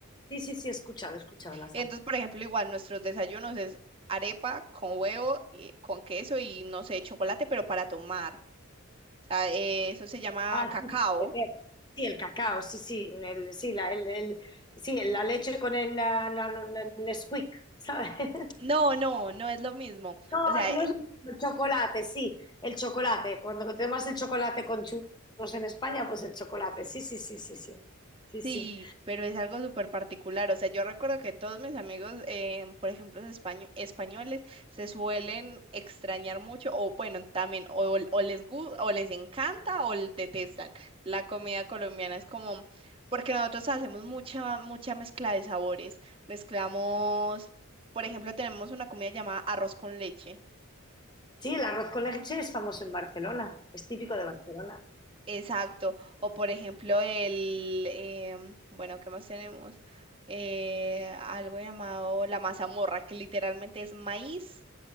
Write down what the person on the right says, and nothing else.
Entonces,
por ejemplo, igual nuestros desayunos es arepa con huevo, y- con queso y no sé, chocolate, pero para tomar. O sea, eh, eso se llama
cacao.
No, no, no es lo mismo.
O sea,
Sí,
pero es algo súper particular. O sea, yo recuerdo que todos mis amigos, em, por ejemplo, los españo- españoles, se suelen extrañar mucho o bueno, también o, o les gu- o les encanta o l- detestan. La comida colombiana es como, porque nosotros hacemos mucha, mucha mezcla de sabores. Mezclamos, por ejemplo, tenemos una comida llamada arroz con leche.
Exacto. O por ejemplo, el, em, bueno, ¿qué más tenemos? Eh, algo llamado la mazamorra, que literalmente es maíz